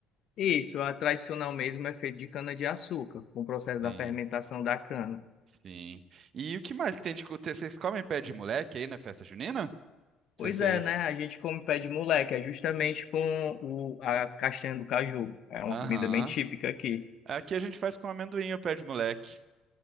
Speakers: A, on the left (about 55°); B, on the right (about 50°).
A: Isso, a tradicional mesmo é feita de cana-de-açúcar, com o processo
B: Sim,
A: da fermentação da cana.
B: sim. E o que mais que tem de... co- Vocês comem pé de moleque aí na festa junina? Não
A: Pois
B: sei se
A: é,
B: é esse.
A: né? A gente come pé de moleque, é justamente com o, a castanha do caju. É uma
B: Aham.
A: comida bem típica aqui.
B: Aqui a gente faz com amendoim o pé de moleque.